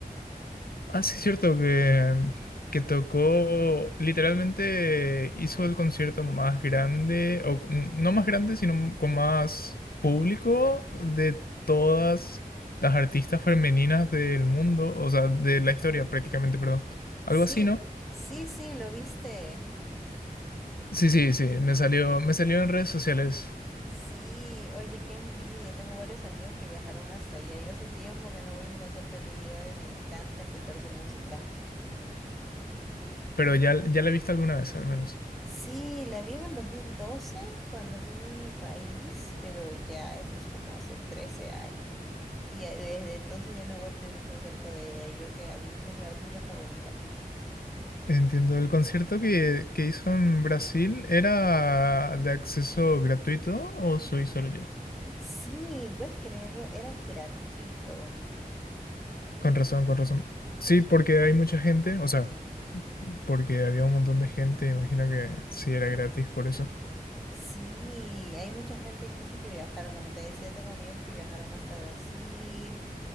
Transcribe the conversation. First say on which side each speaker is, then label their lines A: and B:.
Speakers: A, on the left (about 75°); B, in the centre.
A: Ah, sí, cierto que, que tocó, literalmente hizo el concierto más grande, o n- no más grande, sino con más público de todas las artistas femeninas del mundo, o sea, de la historia prácticamente, perdón. Algo
B: Sí,
A: así, ¿no?
B: sí, sí, lo viste.
A: Sí, sí, sí, me salió, me salió en redes sociales,
B: Sí, oye, qué envidia, tengo varios amigos que viajaron hasta allá. Yo hace tiempo que no voy a un concierto de Lady Gaga y me encanta escuchar su música.
A: pero ya, ya la he visto alguna vez al menos.
B: Sí, la vi en el 2012 cuando vino a mi país, pero ya eso es como hace 13 años. Y ya desde entonces ya no he vuelto a ir a un concierto de ella, y yo que a mí es mi artista favorita.
A: Entiendo, el concierto que, que hizo en Brasil era de acceso gratuito o soy solo yo?
B: Sí, puedes creerlo, era gratuito.
A: Con razón, con razón. Sí, porque hay mucha gente, o sea, porque había un montón de gente, imagino que sí era gratis por eso.
B: Sí, hay mucha gente incluso que viajaron, como te decía, tengo amigos que viajaron hasta Brasil,